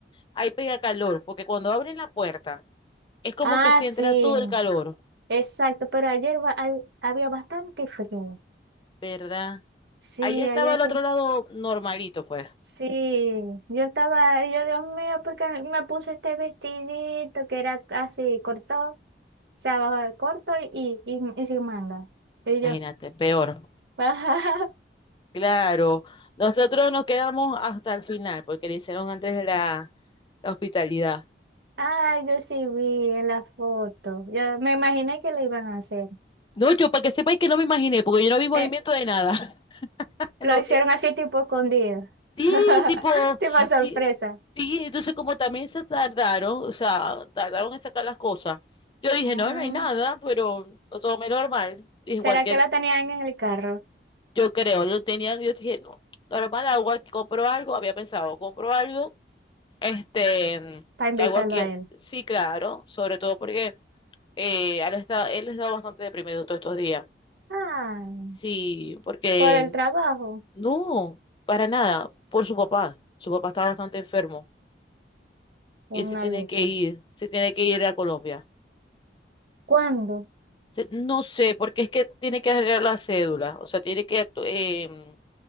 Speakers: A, on the left; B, on the right.
A: hay pega calor, porque cuando abren la puerta es como
B: Ah,
A: que se
B: sí,
A: entra todo el calor,
B: exacto, pero ayer ba- hay- había bastante frío.
A: ¿verdad?
B: Sí,
A: Allá estaba
B: ayer
A: el otro lado normalito, pues,
B: Sí, yo estaba, ahí, yo Dios mío, porque me puse este vestidito que era así corto, o sea, abajo corto y, y, y sin manga. Y yo,
A: imagínate, peor.
B: <laughs>
A: Claro, nosotros nos quedamos hasta el final porque le hicieron antes la la hospitalidad.
B: ah, yo sí vi en la foto. Yo me imaginé que lo iban a hacer.
A: No, yo para que sepáis que no me imaginé, porque yo no vi movimiento
B: Eh,
A: de nada. <laughs> No,
B: lo hicieron
A: te-
B: así tipo escondido,
A: sí,
B: <laughs>
A: tipo,
B: tipo sorpresa.
A: ti- sí, entonces como también se tardaron, o sea, tardaron en sacar las cosas. Yo dije,
B: Ah,
A: no, no hay nada, pero lo tomé normal. Dije,
B: ¿será
A: cualquier,
B: que la tenían en el carro
A: yo creo, yo tenía, yo dije, no, normal, hago aquí, compro algo, había pensado, compro algo, este,
B: para invitarlo
A: hago aquí,
B: a él?
A: sí, claro, sobre todo porque eh, él está, él está bastante deprimido todos estos días.
B: Ah,
A: Sí, porque
B: por el trabajo,
A: No, para nada, por su papá. Su papá está bastante enfermo
B: una
A: y él se tiene
B: lucha.
A: que ir, se tiene que ir a Colombia.
B: ¿Cuándo?
A: Se- no sé, porque es que tiene que arreglar la cédula, o sea, tiene que actu- em,